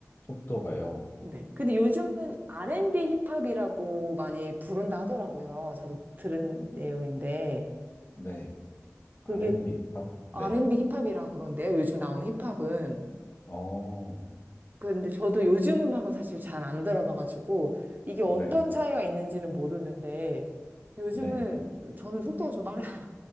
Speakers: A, on the left; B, on the right.
A: 속도가요.
B: 네. 근데 요즘은 R&B 힙합이라고 많이 부른다 하더라고요. 저도 들은 내용인데.
A: 네. R&B
B: 그게
A: 팝?
B: R&B
A: 네.
B: 힙합이라 그런데요. 요즘 나오는 힙합은.
A: 어,
B: 근데 저도 요즘 음악은 사실 잘 안 들어봐가지고 이게
A: 네.
B: 어떤 차이가 있는지는 모르는데 요즘은
A: 네.
B: 저는 속도가 좀 빨라요.